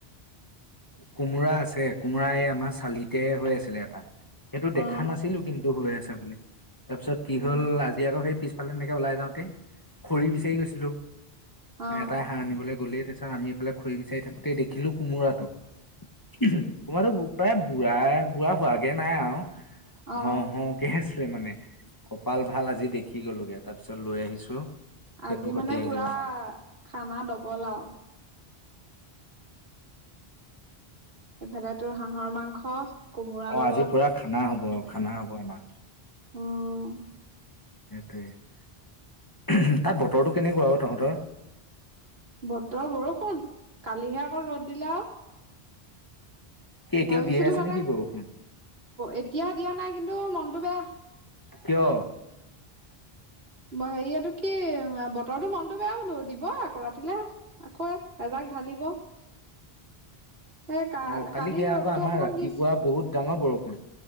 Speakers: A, on the left; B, on the right.
A: কোমোৰা আছে কোমোৰা এই আমাৰ চালিতে হৈ আছিলে এটা। সেইটো দেখা
B: অ
A: নাছিলো, কিন্তু হৈ আছে বুলি তাৰ পিছত কি হ'ল
B: অ
A: আজি আকৌ সেই পিছ ফালে তেনেকে ওলাই যাওঁতে খৰি বিচাৰি গৈছিলো
B: অ অ
A: এটাই হাঁহ আনিবলৈ গ'লে তাৰপাছত আমি এইফালে খৰি বিচাৰি থাকোতেই দেখিলো কোমোৰাটো-কোমোৰাটো <unintelligible> বুঢ়াই বুঢ়া হোৱাগে নাই আৰু
B: অ
A: হওঁ-হওঁ কে আছে চে মানে কপাল ভাল আজি দেখি গ'লোগে তাৰপিছত লৈ আহিছো। সেইটো
B: আজি
A: সৈতে
B: মানে পুৰা
A: বনাম
B: খানা দবল আও। এইফালে তোৰ হাঁহৰ মাংস। কোমোৰাৰ
A: অ',
B: লগত
A: আজি পুৰা খানা হ'ব আও খানা হ'ব আমাৰ।
B: অ'।
A: সেইটোৱে তাত বতৰটো কেনেকুৱা ঔ তহঁতৰ।
B: বতৰ বৰষুণ কালিহে অকল ৰ'দ দিলে আও।
A: কি এতিয়াও
B: ভাবিছিলো
A: দিয়ে আছে
B: মানে
A: নেকি বৰষুণ
B: এতিয়া দিয়া নাই কিন্তু মনটো বেয়া।
A: কিয়।
B: হেৰি এটো কি বতৰটোৰ মনতটো বেয়া বোলো দিব আকৌ ৰাতিলে। আকৌ এজাক ঢালিব। এই কা
A: অ', কালি সেয়া
B: ৰ'দটো
A: আকৌ আমাৰ
B: অকমান
A: ৰাতিপুৱা
B: দিছে
A: বহুত ডাঙৰ বৰষুণ।